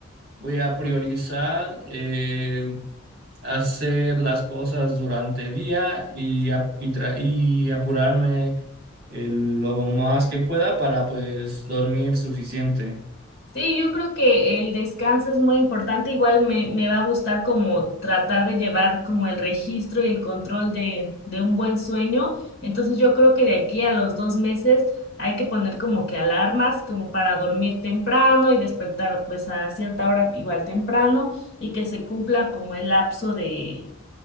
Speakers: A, on the right; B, on the left.
A: voy a priorizar eh, hacer las cosas durante el día y, ap- y, tra- y apurarme eh, lo más que pueda para pues dormir suficiente.
B: Sí, yo creo que el descanso es muy importante. Igual me, me va a gustar como tratar de llevar como el registro y el control de, de un buen sueño. Entonces yo creo que de aquí a los dos meses hay que poner como que alarmas como para dormir temprano y despertar pues a cierta hora igual temprano y que se cumpla como el lapso de,